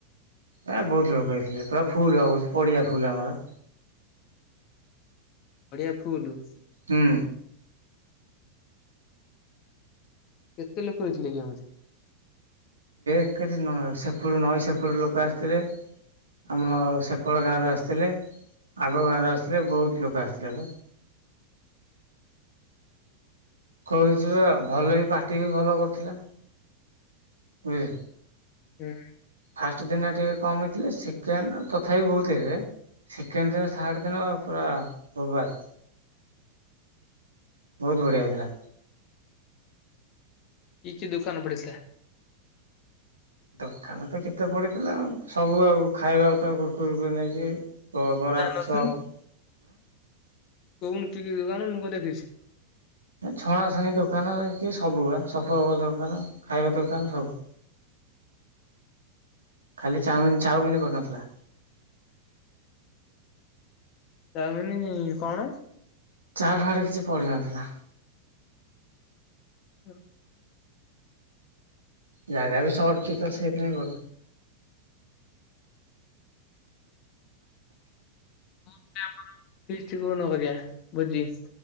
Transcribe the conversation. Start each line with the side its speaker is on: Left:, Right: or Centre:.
Right: ଏ ବହୁତ ଲୋକ ହେଇଥିଲେ ପୁରା ଫୁଲ ବା କହୁଛି ପଡିଆ ଫୁଲ ଆମର।
Left: ବଢିଆ ଫୁଲ।
Right: ହୁଁ।
Left: କେତେ ଲୋକ ହେଇଥିଲେକି ଏମିତି?
Right: <inaudible> ସେପୁଟ ନଈ ସେପଟ ଲୋକ ଆସିଥିଲେ। ଆମ ସେପଟ ଗାଁରୁ ଆସିଥିଲେ ଆଗ ଗାଁରୁ ଆସିଥିଲେ ବହୁତ ଲୋକ ଆସିଥିଲେ ବା। କହୁଛି ବା ଭଲ ବି ପାଟି ବି ଭଲ କରୁଥିଲେ। ହୁଁଏ।
Left: ହୁଁ।
Right: ଫାଷ୍ଟ ଦିନ ଟିକେ କମ୍ ହେଇଥିଲେ ସେକେଣ୍ଡ ତଥାପି ବହୁତ ହେଇଥିଲେ। ସେକେଣ୍ଡ ଦିନ ଥାର୍ଡ଼ ଦିନ ପୁରା ବୋବାଲ। ବହୁତ ବଢିଆ ହେଇଥିଲା।
Left: କି କି ଦୋକାନ ପଡ଼ିଥିଲା?
Right: ଦୋକାନ ତ କେତେ ପଡିଥିଲା ସବୁ ଆଉ ଖାଇବା ତ କୁର୍କୁରି ପୂର୍କୁରୀ ନେଇକି। ଓ ବରା
Left: ଜାଣିନଥିଲି
Right: ଚପ।
Left: କୋଉନୁ କି କି ଦୋକାନ ମୁଁ କଣ ଦେଖିଛି।
Right: ଛଣାଛୁଣି ଦୋକାନ କି ସବୁ ବା ସଫଳ ସଫଲ ଦୋକାନ ଖାଇବା ଦୋକାନ ସବୁ। ଖାଲି ଚାଉମ ଚାଉମିନ କରିନଥିଲା।
Left: ଚାଉମିନି କଣ?
Right: ଚାହାରେ କିଛି ପଡ଼ିନଥିଲା।
Left: <unintelligible>
Right: ଜାଗା ବି ସର୍ଚ୍ଚ ହେଇଥିବ ସେଇଥିପାଇଁ <unintelligible>
Left: ପୁଣି ତ ଆମର ଫିଷ୍ଟ କୋଉନ କରିଆ ଭୋଜି?